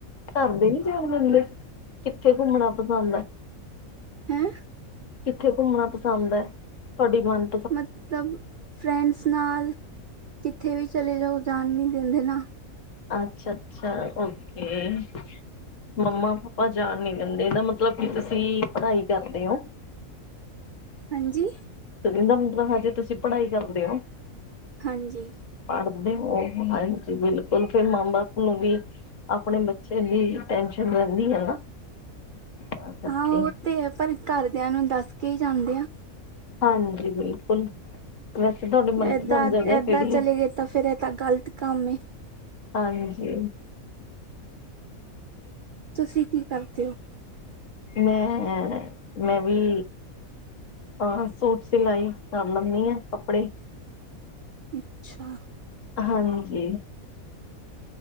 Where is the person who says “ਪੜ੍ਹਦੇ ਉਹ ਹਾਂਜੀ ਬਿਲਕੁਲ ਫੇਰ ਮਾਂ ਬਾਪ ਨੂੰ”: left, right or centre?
Left